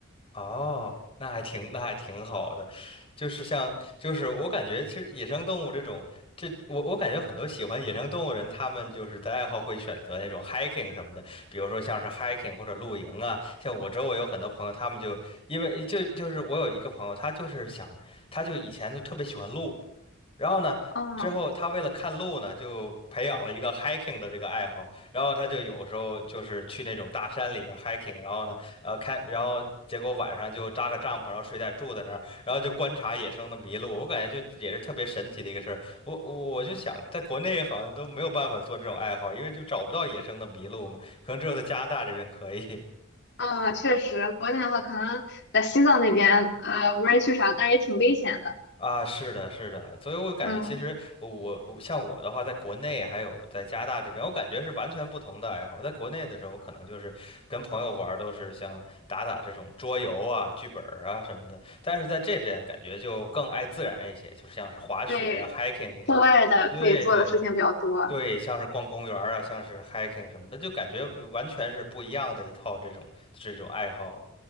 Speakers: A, on the left; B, on the left.
A: 哦，那还挺，那还挺好的，就是像，就是我感觉，其实野生动物这种，这我我感觉很多喜欢野生动物人，他们就是在爱好会选择那种 hiking 什么的，比如说像是 hiking 或者露营啊。像我周围有很多朋友，他们就因为就就是我有一个朋友，他就是想，他就以前就特别喜欢露，然后呢，
B: 嗯
A: 之后他为了看路呢，就培养了一个 hiking 的这个爱好。然后他就有时候就是去那种大山里边儿 hiking，然后呢，呃，开，然后结果晚上就扎个帐篷，然后睡袋住在那儿，然后就观察野生的麋鹿。我感觉就也是特别神奇的一个事儿。我我我就想，在国内好像都没有办法做这种爱好，因为就找不到野生的麋鹿嘛，可能只有在加拿大这边可以。
B: 啊，确实，国内的话可能在西藏那边，呃，无人区啥，但是也挺危险的。
A: 啊，是的，是的，所以我感觉其实我我像我的话，
B: 嗯，
A: 在国内还有在加拿大这边，我感觉是完全不同的爱好。在国内的时候，可能就是跟朋友玩儿都是像打打这种桌游啊、剧本儿啊什么的，但是在这边感觉就更爱自然一些，就像是滑雪呀、
B: 对，
A: hiking 一点。
B: 户外的可以做的事情比较多。
A: 对对对，像是逛公园儿啊，像是 hiking 什么的，就感觉完全是不一样的一套这种这种爱好了。